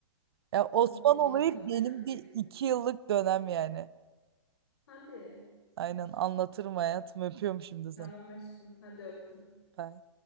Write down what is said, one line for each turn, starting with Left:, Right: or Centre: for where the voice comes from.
Right: Ya
Left: Hmm,
Right: Osman
Left: iyi
Right: olayı
Left: tamam
Right: benim
Left: merakla
Right: bir
Left: bekliyorum.
Right: iki yıllık dönem yani.
Left: Hadi.
Right: Aynen anlatırım hayatım. Öpüyorum şimdi
Left: Tamam
Right: seni.
Left: aşkım. Hadi öptüm.
Right: Bye.